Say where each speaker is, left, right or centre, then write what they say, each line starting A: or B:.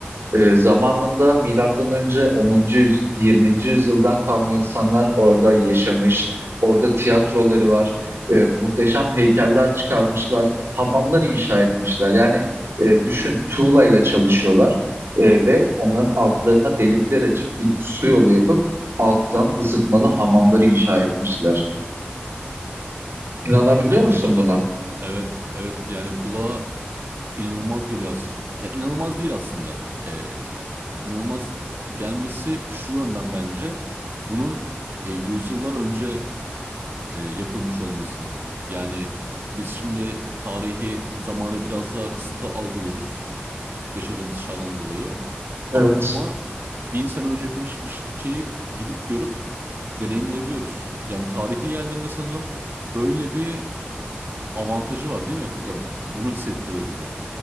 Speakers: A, on the right; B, on the right.
A: E, zamanında milattan önce 10. yüz- 20. yüzyıldan kalma insanlar orada yaşamış. Orada tiyatroları var. E, muhteşem heykeller çıkarmışlar. Hamamlar inşa etmişler. Yani e, düşün tuğlayla çalışıyorlar. E, ve onların altlarına delikler açıp bir su yolu yapıp alttan ısıtmalı hamamları inşa etmişler. İnanabiliyor
B: Kulağa
A: musun
B: ne kadar
A: buna?
B: evet evet yani kulağa inanılmaz geliyor aslında. Ya inanılmaz değil aslında. Ee, inanılmaz gelmesi şu yönden bence bunun e, yüzyıllar önce e, yapılmış olması. Yani biz şimdi tarihi zamanı biraz daha kısıtlı algılıyoruz. yaşadığımız çağdan dolayı.
A: Evet.
B: Ama bin sene önce yapılmış bir şeyi gidip görüp deneyimleyebiliyoruz. Yani tarihi yerlerinde sanırım böyle bir avantajı var değil mi? Ya bunu hissettiriyor bize.